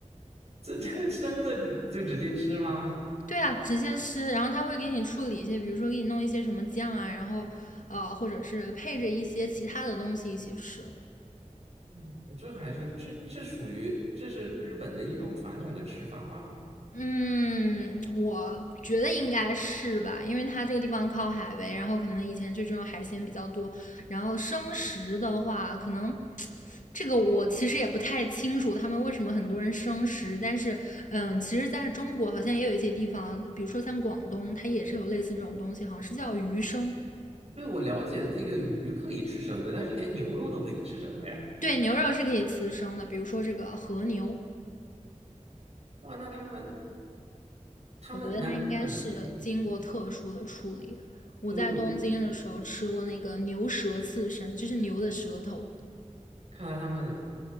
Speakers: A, on the right (about 55°); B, on the left (about 80°).
A: <laughs> 这这生的就直接吃吗？
B: 对啊，直接吃。然后他会给你处理一些，比如说给你弄一些什么酱啊，然后呃，或者是配着一些其他的东西一起吃。
A: 哦这还是这这属于这是日本的一种传统的吃法吗？
B: 嗯，我觉得应该是吧，因为它这个地方靠海呗，然后可能以前就这种海鲜比较多，然后生食的话，可能这个我其实也不太清楚他们为什么很多人生食，但是嗯，其实在中国好像也有一些地方，比如说像广东，它也是有类似这种东西，好像是叫鱼生，
A: 对，我了解这个鱼可以吃生的，但是连牛肉都可以吃生的呀。
B: 对，牛肉是可以吃生的，比如说这个和牛。
A: 哇，那他们他们那日本
B: 我觉得它应该是经过特殊的处理。我在东京的时候吃过那个牛舌刺身，
A: 都有，
B: 就是牛的舌头，
A: 看来他们